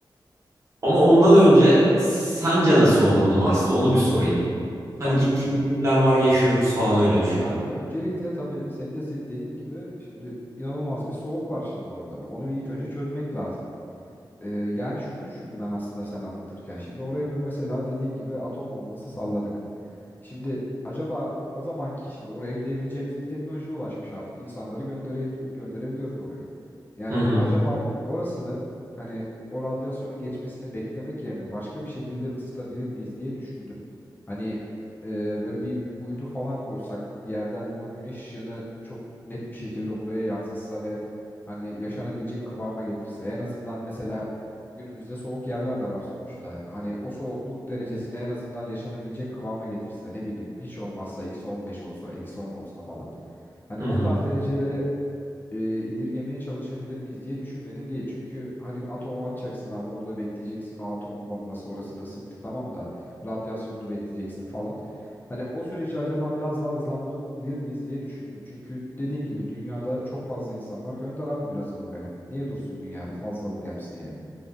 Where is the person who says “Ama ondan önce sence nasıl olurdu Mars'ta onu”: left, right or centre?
Right